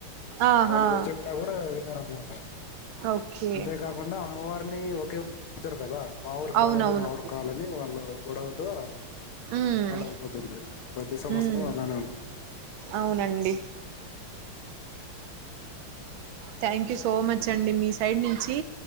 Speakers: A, on the right (about 75°); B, on the left (about 75°).
A: ఆహా
B: వాళ్ళు ఎవరు చెప్పినా కూడా విన్నార ఎమ్ అటా
A: ఓకే
B: అంతేకాకుండా అమ్మవారిని ఒకే చ్చరు కద మా ఊరు
A: అవునవును
B: కావాలి మా ఊరు కావాలని వాళ్ళు గడ హవుతు
A: ఉమ్
B: అలాయిపోతుంది ప్రతి సంవత్సరం
A: ఉమ్
B: అలానే ఉండ
A: అవునండి థ్యాంక్ యూ స్ సో మచ్ అండి మీ సైడ్ నుంచి